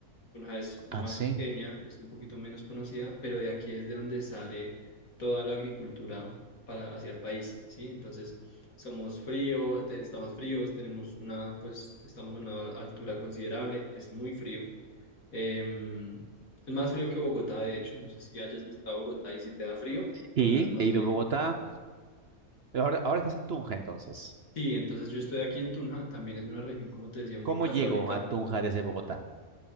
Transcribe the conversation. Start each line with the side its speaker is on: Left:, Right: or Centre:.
Left: Tunja es más
Right: Ah, sí.
Left: pequeña, es un poquito menos conocida, pero de aquí es de donde sale toda la agricultura para hacia el país, ¿sí? Entonces, somos frío, te- estamos fríos, tenemos una, pues, estamos a una altura considerable, es muy frío Em, es más frío que Bogotá, de hecho. No sé si hayas visitado Bogotá y si te da frío, Tunja
Right: Sí,
Left: es más
Right: he ido
Left: frío.
Right: a Bogotá. pero Ahora, ahora estás en Tunja, entonces.
Left: Sí, entonces yo estoy aquí en Tunja, también es una región, como te decía, muy
Right: ¿Cómo
Left: católica.
Right: llego a Tunja desde Bogotá?